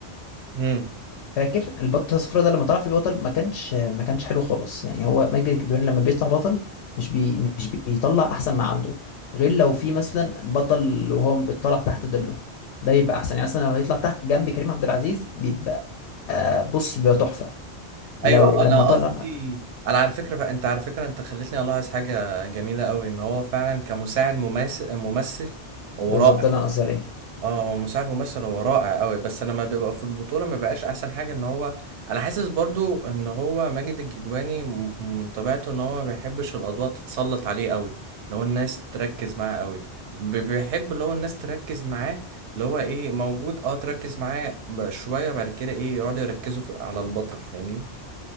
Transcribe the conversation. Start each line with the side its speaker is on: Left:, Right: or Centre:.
Right: امم
Left: فاكر البطه الصفراء ده لما طلع فيه بطل ما كانش ما كانش حلو خالص يعني هو ماجد الكدواني لما بيطلع بطل مش بي مش بيطلع احسن ما عنده غير لو في مثلا بطل وهو بيطلع تحت ظله ده بيبقى احسن يعني مثلا لما يطلع تحت جنب كريم عبد العزيز بيبقى بص بيبقى تحفه لو
Right: ايوه
Left: لما
Right: انا
Left: طلع
Right: قصدي انا على فكره فانت على فكره انت خلتني الاحظ حاجه جميله قوي ان هو فعلا كمساعد ممثل ممثل هو
Left: بالظبط
Right: رائع
Left: ده اللي انا قصدي عليه
Right: اه هو مساعد ممثل هو رائع قوي بس انا ما بيبقى في البطوله ما بقاش احسن حاجه ان هو انا حاسس برضو ان هو ماجد الكدواني م- من طبيعته ان هو ما بيحبش الاضواء تتسلط عليه قوي اللي هو الناس تركز معاه قوي ب- بيحب اللي هو الناس تركز معاه اللي هو ايه موجود اه تركز معاه ب- شويه بعد كده ايه يقعدوا يركزوا في- على البطل فاهمني